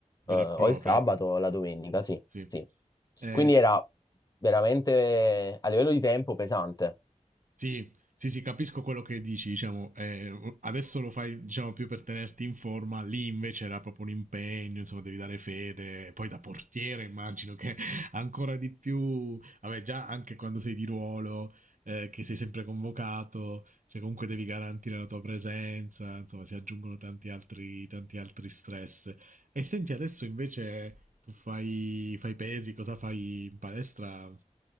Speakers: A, on the left; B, on the right.
A: eh,
B: Vera
A: o
B: e propria.
A: il sabato o la domenica, sì,
B: Sì.
A: sì.
B: Eh,
A: Quindi era veramente a livello di tempo pesante.
B: Sì, sì, sì, capisco quello che dici, diciamo, eh, adesso lo fai, diciamo, più per tenerti in forma, lì invece era proprio un impegno, insomma, devi dare fede, poi da portiere immagino che <laughs> ancora di più, vabbè, già anche quando sei di ruolo, eh, che sei sempre convocato, cioè comunque devi garantire la tua presenza, insomma, si aggiungono tanti altri, tanti altri stress. E senti, adesso invece tu fai, fai pesi, cosa fai in palestra?